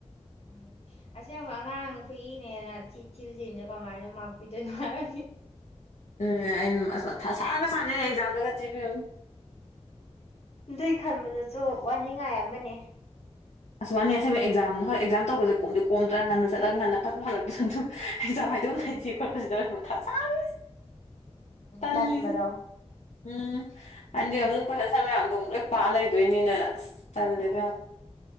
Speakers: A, on the left; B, on the left.
A: ꯎꯝ ꯑꯁꯦꯡꯕ ꯑꯉꯥꯡ ꯈꯨꯏꯅꯦꯅ ꯊꯤ ꯊꯤꯕꯁꯤꯅꯣ ꯀꯃꯥꯏꯅ ꯃꯥꯛꯄꯤꯗꯣꯏꯅꯣ ꯍꯥꯏ
B: ꯎꯝ ꯑꯩꯅꯁꯥꯒ ꯁꯥꯟꯅꯩ ꯑꯦꯛꯖꯥꯝꯗꯒ ꯆꯤꯕꯤꯌꯨ
A: ꯑꯗꯨꯏ ꯈꯟꯕꯗꯁꯨ ꯋꯥꯅꯤꯡꯉꯥꯏ ꯑꯃꯅꯤ
B: ꯑꯁꯨꯕꯥꯅꯤ ꯑꯁꯕ ꯑꯦꯛꯖꯥꯝ ꯍꯣꯏ ꯑꯦꯛꯖꯥꯝ ꯇꯧꯕꯁꯦ ꯀꯣꯝꯗꯤ ꯀꯣꯝꯗ꯭ꯔꯥ ꯉꯟꯅ ꯆꯠꯂꯒ ꯉꯟꯅ ꯐꯠꯁꯨ ꯍꯜꯂꯛꯇ꯭ꯔꯁꯨ ꯍꯖꯋꯥ ꯍꯥꯏꯗꯣꯝ
A: ꯎꯝ
B: ꯂꯩꯇ ꯈꯣꯠꯄꯁꯤꯗ ꯑꯣꯏꯅꯔ ꯃꯊꯥ ꯆꯥꯔꯤ ꯇꯜꯁꯤ
A: ꯇꯟꯕꯗꯣ ꯎꯝ
B: ꯎꯝ ꯍꯥꯏꯗꯤ ꯑꯣꯅ ꯑꯩꯈꯣꯏꯁꯟꯁ ꯃꯌꯥꯝꯗ ꯂꯣꯏ ꯄꯥꯛ ꯂꯩꯗꯣꯏꯅꯤꯅ ꯑꯁ ꯆꯜꯂꯦꯕ
A: ꯇꯟꯕꯗꯣ